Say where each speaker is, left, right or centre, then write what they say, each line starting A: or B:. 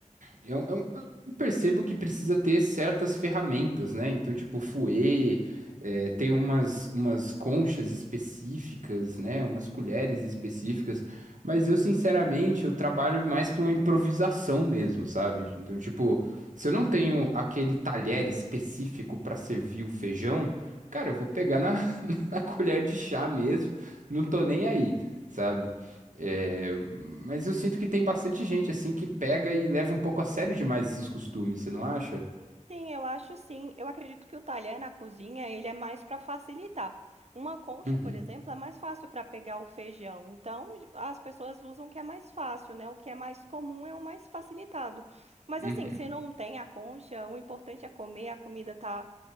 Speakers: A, on the right; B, on the right.
A: eu, eu- eu percebo que precisa ter certas ferramentas, né? Então, tipo, fouet, é, tem umas, umas conchas específicas, né? Umas colheres específicas. Mas eu, sinceramente, eu trabalho mais com a improvisação mesmo, sabe? Então, tipo, se eu não tenho aquele talher específico para servir o feijão. Cara, eu vou pegar na <laughs> a colher de chá mesmo, não tô nem aí, sabe? É, mas eu sinto que tem bastante gente assim que pega e leva um pouco a sério demais esses costumes, você não acha?
B: Sim, eu acho sim. Eu acredito que o talher na cozinha, ele é mais para facilitar. Uma concha,
A: Uhum,
B: por exemplo, é mais fácil para pegar o feijão. Então, as pessoas usam o que é mais fácil, né? O que é mais comum é o mais facilitado. Mas
A: uhum.
B: assim, se não tem a concha, o importante é comer, a comida tá